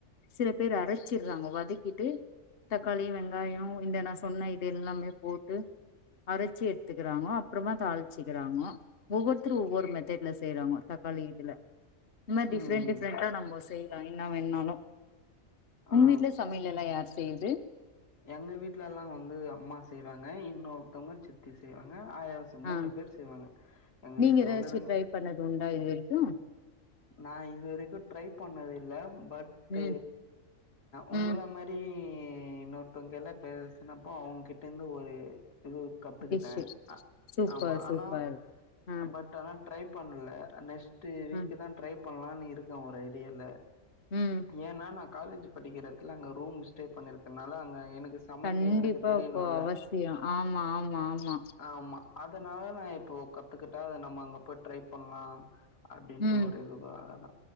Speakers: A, on the left (about 50°); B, on the left (about 70°).
A: சில பேர் அரைச்சுறாங்க வதக்கிட்டு தக்காளி வெங்காயோ இந்த நா சொன்ன இது எல்லாமே போட்டு அரைச்சு எடுத்துக்குறாங்கோ அப்புறோம்மா தாளிச்சுக்குறாங்கோ ஒவ்வொருத்தரு ஒவ்வொரு மெத்தட்ல செய்யறாங்கோ தக்காளி இதுல இது மாரி டிஃரெண்ட்
B: ம்
A: டிஃரெண்ட்டா நம்போ செ செய்லா என்ன வேண்ணாலு
B: ஆ
A: உங்க வீட்டுலயே சமையல் எல்லா யாரு செ பெய்து
B: எங்க வீட்டுல எல்லாம் வந்து அம்மா செய்வாங்க இன்னொருத்தவங்க சித்தி செய்வாங்க ங்க ஆயாசோ மூணு
A: ஆ
B: பேர் செய்வாங்க எங்க
A: நீங்க
B: வீட்டுல
A: ஏதாச்சு
B: என்னன்னாங்க
A: ட்ரை பண்ணது உண்டா இது வரைக்கு
B: நா இதுவரைக்கு ட்ரைப் பண்ணது இல்ல பட்
A: ம்
B: உங்கள
A: ம்
B: மரி இன்னொ த்தவங்க எல்லா பேசினப்போ அவுங்கிட்ட இருந்து ஒரு இது கத்துக்கிட்டே
A: டிஷ்ஷு
B: ஆ
A: சூப்பர்
B: ஆமா ஆனா
A: சூப்பர் ஆ
B: பட் ஆனா ட்ரை பண்ல நெக்ஸ்ட் டீவி
A: ஆ
B: பண்ணலான்னு இருக்க ஒரு ஐடியால
A: ம்
B: ஏன்னா நா காலேஜ் படிக்கிற எடத்துல அங்க ரூம்ஸ் ஸ்டே பண்ணிருக்கனால அங்க எனக்கு சமைக்க
A: கண்டிப்பா
B: எனக்கு தெரியணுல்ல
A: அப்போ அவசியோ ஆமா ஆமா ஆமா
B: ஆ ஆமா அதனால நா இப்போ கத்துக்கிட்டா அத நம்ம அங்க போய் ட்ரை பண்ணலா அப்டி
A: ம்
B: ஒரு இது தானா